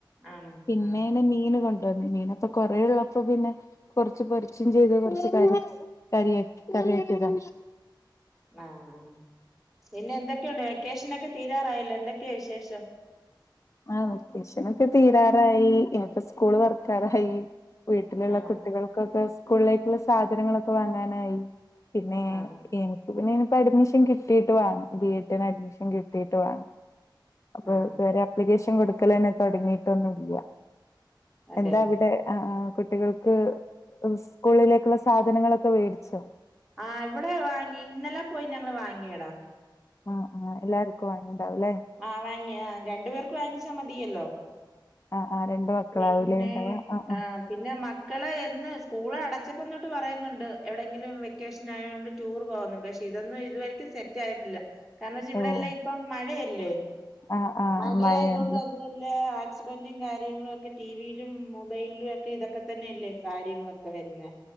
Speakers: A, in the centre; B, on the left.
A: ആണോ
B: പിന്നേണ്
A: ആ
B: മീന് കൊ ണ്ടന്ന് മീനപ്പൊ കൊറെ ഉള്ളപ്പൊ പിന്നെ കൊറച്ച് പൊരച്ചും ചെയ്തു കൊറച്ച് കരിം. കരിയാക്കി കറ്യാക്ക്യതാ.
A: ആഹ് പിന്നെ എന്തൊക്കെയുണ്ട് വെക്കേഷനൊക്കെ. തീരാറായല്ലൊ എന്തൊക്കെ വിശേഷം.
B: ആഹ് വെക്കേഷനൊക്കെ തീരാറായി <unintelligible> സ്കൂള് തൊറക്കാറായി. വീട്ടിലുള്ള
A: ആ
B: കുട്ടികൾകൊക്കെ സ്കൂൾലേക്കുള്ള സാധനങ്ങളൊക്കെ വാങ്ങാനായി. പിന്നെ
A: ആ
B: എ ക്ക് പിന്നയ്ന് അഡ്മിഷൻ കിട്ടിയിട്ട് വേണം ബി എഡിന് അഡ്മിഷൻ കിട്ടിയിട്ട് വേണം. അപ്പൊ
A: ആ ആ
B: ഇതുവരെ ആപ്ലിക്കേഷൻ കൊടുക്കലെന്നെ തൊടങ്ങിയിട്ടൊന്നുല്ല.
A: അതെയോ
B: എന്താ അവിടെ ആഹ് ആഹ് കുട്ടികൾ. ക്ക് സ്കൂളിലേക്കുള്ള സാധനങ്ങളൊക്കെ വേടിച്ചോ.
A: ആഹ് ഇവടെ വാങ്ങി ഇന്നലെ പോയി ഞങ്ങള് വാങ്ങിയടാ.
B: ആഹ് ആഹ് എല്ലാര്ക്കും വാങ്ങിണ്ടാവും ലേ.
A: ആഹ് വാങ്ങിയ രണ്ടു പേർക്ക് വാങ്ങിച്ചാ മതിയല്ലോ.
B: ആഹ് ആഹ് രണ്ടു മക്കളാവുലേ
A: പിന്നെ
B: ഉണ്ടാവ ആഹ് ആഹ്.
A: പിന്നെ മക്കള് എന്ന് സ്കൂള് അടച്ചപ്പം തൊട്ട് പറയുന്നുണ്ട് എവിടെങ്കിലും വെക്കേഷനായോണ്ട്. ടൂർ പോകുന്നു പക്ഷേ ഇതൊന്നും ഇതുവരെക്കും സെറ്റ് ആയിട്ടില്ല കാരണം വെച്ച ഇവിടെല്ലാം
B: ഓഹ്
A: ഇപ്പോ മഴയല്ലേ.
B: ആഹ് ആഹ്
A: മഴ
B: മഴയാണല്ലേ
A: ആയതുകൊണ്ട് അതുല്ല. ഹസ്ബന്റും കാര്യങ്ങളും ഒക്കെ ടിവിയിലും മൊബൈലിലും ഒക്കെ ഇതൊക്കെ തന്നെല്ലേ. കാര്യങ്ങളൊക്കെ വരുന്നെ